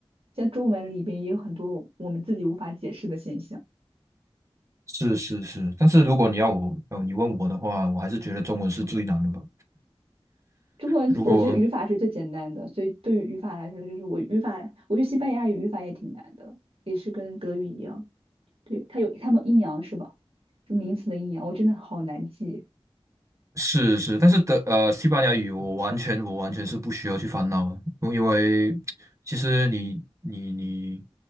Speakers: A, on the right; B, on the right.
A: 像中文里边也有很多我们自己无法解释的现象。
B: 是是是，但是如果你要我，呃，你问我的话，我还是觉得中文是最难的吧。
A: 中文我觉得语法是最简单的，
B: 如果
A: 所以对于语法来说，就是我语法，我觉得西班牙语语法也挺难的，也是跟德语一样，对，它有它们阴阳是吧？就名词的阴阳，我真的好难记，
B: 是是，但是德呃西班牙语我完全我完全是不需要去烦恼，因为因为其实你你你